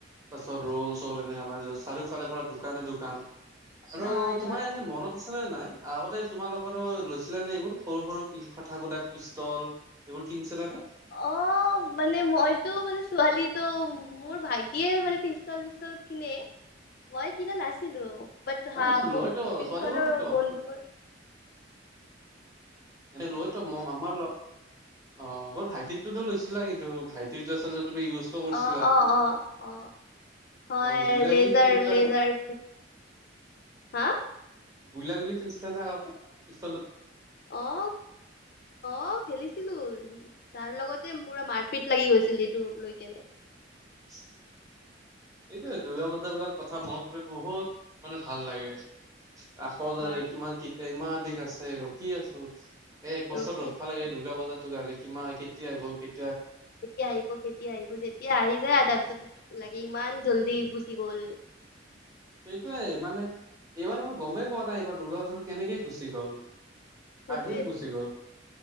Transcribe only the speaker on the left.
হয়
হয়
অ মানে মইতো মানে ছোৱালী তো মোৰ ভাইটিয়ে মানে পিষ্টল পিষ্টল কিনে। মই কিনা নছিলো। বাট
হা পিছালৰ
বন্দুকৰ
অ অ অ অ হয়
লেজাৰ
লেজাৰ
হাঁ
আহ আহ খেলিছিলো? তাৰ লগতে পুৰা মাৰপিট লাগি গৈছিল এইটো লৈ কেনে।
হয়
ৰখি আছো
কেতিয়া আহিব কেতিয়া আহিব যেতিয়া আহি যায় তাৰপিছত? লাগে ইমান জল্দি গুচি গল।
সেইটোয়েতো